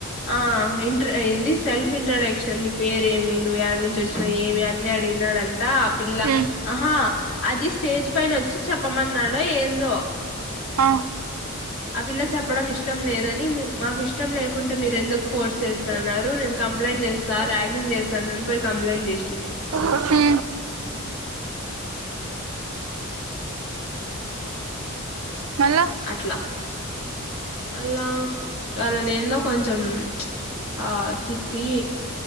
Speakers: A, on the left; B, on the right.
A: ఆ <unintelligible> ఏంది సెల్ఫ్ ఇంట్రొడక్షన్ నీ పేరేమి నువ్వు ఎ నుంచి వచ్ ఏమి అన్ని అడిగినడంట ఆ పిల్ల
B: ఉమ్
A: ఆహా అది స్టేజ్ పైన వచ్చి చెప్పమన్నాడో ఏందో
B: ఆ
A: ఆ పిల్ల చెప్పడం ఇష్టం లేదని మాకు ఇష్టం లేకుంటే మీరు ఎందుకు ఫోర్స్ చేస్తున్నారు నేను క కంప్లైం చేస్తా ర్యాగింగ్ చేస్తాను అని పోయి కంప్లైంట్ చేసింది
B: ఒకే మళ్ళా
A: అట్లా మళ్ళా వాళ్ళ నేందో కొంచెం ఆ తిట్టి